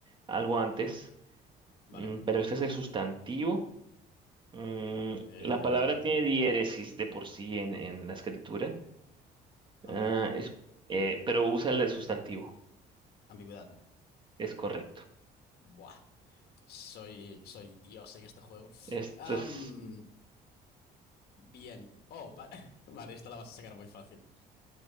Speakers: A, on the right; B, on the left.
A: algo antes.
B: Vale.
A: Mm, pero este es el sustantivo. Mm,
B: Eh,
A: la palabra tiene diéresis de por sí en, en la escritura.
B: ambiguo.
A: Ah, es, eh, pero usa el del sustantivo.
B: Ambigüedad.
A: Es correcto.
B: Buah. Soy, soy Dios en este juego.
A: Esto
B: Am,
A: es
B: bien. Oh, va- <laughs> vale, esta la vas a sacar muy fácil.